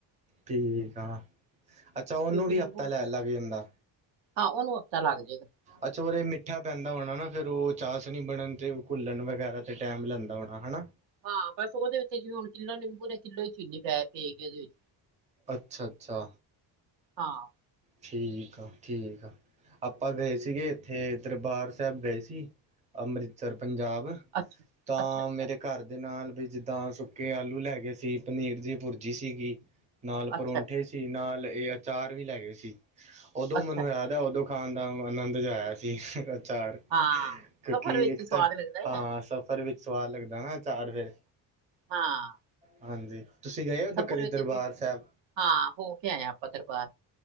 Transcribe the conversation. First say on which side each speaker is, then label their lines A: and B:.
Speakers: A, on the right; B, on the right.
A: ਠੀਕ ਆ ਅੱਛਾ
B: ਕਿਉਂਕਿ
A: ਓਨੂੰ ਵੀ
B: ਨਿੰਬੂ
A: ਹਫ਼ਤਾ ਲੈਨ ਲੱਗ ਜਾਂਦੈ।
B: ਹਾਂ ਓਨੂੰ ਹਫ਼ਤਾ ਲੱਗ ਜੇਗਾ।
A: ਅੱਛਾ ਉਦੇ ਆ ਮਿੱਠਾ ਪੈਂਦਾ ਹੋਣਾ ਨਾ ਫੇਰ ਓ ਚਾਸ਼ਨੀ ਬਣਨ ਤੇ ਘੁੱਲਣ ਵਗੈਰਾ ਚ ਟੈਮ ਲੈਂਦਾ ਹੋਣਾ ਹੈਨਾ।
B: ਹਾਂ ਬਸ ਓਦੇ ਵਿੱਚ ਜਿਵੇ ਹੁਣ ਕਿੱਲੋ ਨਿੰਬੂ ਤੇ ਕਿੱਲੋ ਈ ਚੀਨੀ ਪੈਜੇਗੀ ਓਦੇ ਵਿੱਚ।
A: ਅੱਛਾ-ਅੱਛਾ।
B: ਹਾਂ।
A: ਠੀਕ ਆ-ਠੀਕ ਆ। ਆਪਾਂ ਗਏ ਸੀਗੇ ਇੱਥੇ ਦਰਬਾਰ ਸਾਹਿਬ ਗਏ ਸੀ ਅੰਮ੍ਰਿਤਸਰ ਪੰਜਾਬ
B: ਅੱਛਾ
A: ਤਾਂ
B: ਅੱਛਾ ਅੱਛਾ
A: ਮੇਰੇ ਘਰਦੇ ਨਾਲ ਵੀ ਜਿੱਦਾਂ ਸੁੱਕੇ ਆਲੂ ਲੈ ਗਏ ਸੀ, ਪਨੀਰ ਦੀ ਭੁਰਜੀ ਸੀਗੀ ਨਾਲ
B: ਅੱਛਾ
A: ਪਰੋਂਠੇ ਸੀ, ਨਾਲ ਏ ਅਚਾਰ ਵੀ ਲੈ ਗਏ ਸੀ ਓਦੋਂ
B: ਅੱਛਾ
A: ਮੈਨੂ ਯਾਦ ਤਾ ਉਦੋਂ ਖਾਣ ਦਾ ਆਨੰਦ ਜਾ ਆਇਆ ਸੀ ਅਚਾਰ
B: ਹਾਂ,
A: ਕਿਉਂਕਿ
B: ਸਫ਼ਰ ਵਿੱਚ
A: ਇੱਕ
B: ਹੀ ਸਵਾਦ
A: ਤਾਂ
B: ਲੱਗਦਾ
A: ਹਾਂ
B: ਹੈ,
A: ਸਫ਼ਰ ਵਿੱਚ ਸਵਾਦ ਲੱਗਦਾ ਨਾ ਅਚਾਰ ਫੇਰ
B: ਹਾਂ।
A: ਹਾਂਜੀ, ਤੁਸੀਂ ਗਏ ਓ ਉਧਰ
B: ਸਫ਼ਰ
A: ਕਦੀ
B: ਵਿੱਚ
A: ਦਰਬਾਰ
B: ਜੀ
A: ਸੈਬ?
B: ਹਾਂ ਹੋਕੇ ਆਏ ਆਪਾਂ ਦਰਬਾਰ